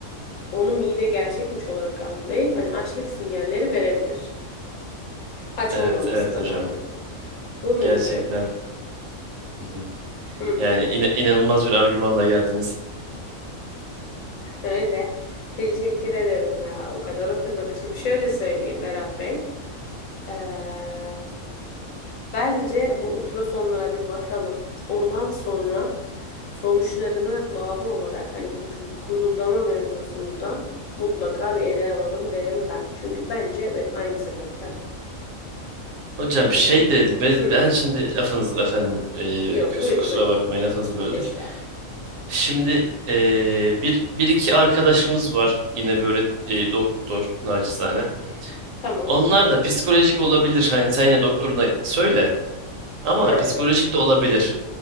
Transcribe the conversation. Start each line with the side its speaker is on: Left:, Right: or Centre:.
Left: onu mide gerçekmiş olarak algılayıp hani açlık sinyalleri verebilir. Aç
Right: Evet,
Left: olmamasına
Right: evet hocam.
Left: rağmen. Bu mümkün.
Right: Gerçekten <laughs>
Left: Hı,
Right: yani ina- inanılmaz bir argümanla geldiniz.
Left: öyle. Teşekkür ederim ya. O kadar okuduk. Şimdi şöyle söyleyeyim Berat Bey. Ee, bence bu ultrasonlara bir bakalım. Ondan sonra sonuçlarına bağlı olarak hani bu gu- guruldama mevzusunu da mutlaka bir ele alalım derim ben. Çünkü bence ve aynı sebepten.
Right: Hocam
Left: E,
Right: şey
Left: gün...
Right: dedi be-
Left: Hı,
Right: ben şimdi lafınız efendim e,
Left: yok
Right: küs-
Left: buyurun
Right: kusura
Left: buyurun
Right: bakmayın
Left: buyurun.
Right: lafınızı böldük.
Left: Estağfurullah.
Right: Şimdi e, bir, bir iki arkadaşımız var yine böyle e, doktor naçizane.
Left: Tamam.
Right: Onlar da psikolojik olabilir hani sen yine doktoruna söyle ama
Left: Ha.
Right: psikolojik de olabilir.